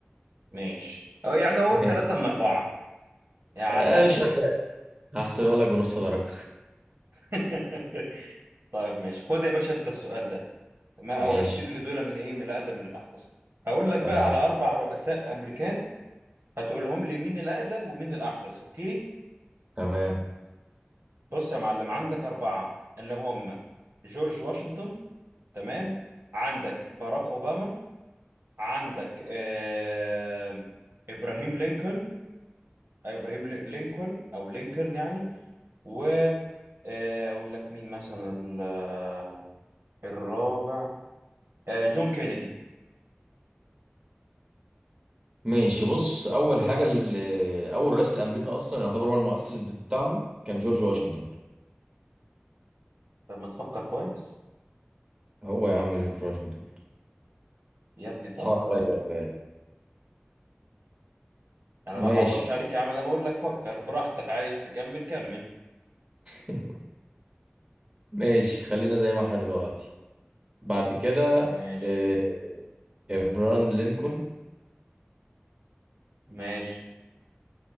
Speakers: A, on the right; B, on the right.
A: ماشي او يعني اقول
B: <laughs>
A: ثلاثة من أربعة يعني
B: آه،
A: على الاقل
B: شغال
A: يعني
B: هحسبها لك بنص
A: ماشي
B: درجه
A: <laughs> طيب ماشي خد يا باشا انت السؤال ده تمام او
B: ماشي
A: رتب لي دول من ايه من الاقدم للاحدث هقول لك بقى
B: تمام
A: على اربع رؤساء امريكان هتقول لهم لي مين الاقدم ومين الاحدث اوكي
B: تمام
A: بص يا معلم عندك اربعة اللي هم جورج واشنطن تمام عندك باراك اوباما عندك آه... ابراهيم لينكولن أيوة ابراهيم لينكولن او لينكولن يعني و آه، اقول لك مين مثلا ال- آه، الرابع آه، جون كينيدي
B: ماشي بص اول حاجه اللي اول رئيس لامريكا اصلا يعتبر هو المؤسس بتاعها كان جورج واشنطن
A: طب ما تفكر كويس
B: هو يا عم جورج واشنطن
A: يا ابني فكر
B: تحور عليا ولا ايه
A: انا ما
B: ماشي
A: بحورش عليك يا عم انا بقول لك فكر براحتك عايز تكمل كمل
B: <laughs> ماشي خلينا زي ما احنا دلوقتي بعد كده
A: ماشي
B: آه، ابران لينكولن
A: ماشي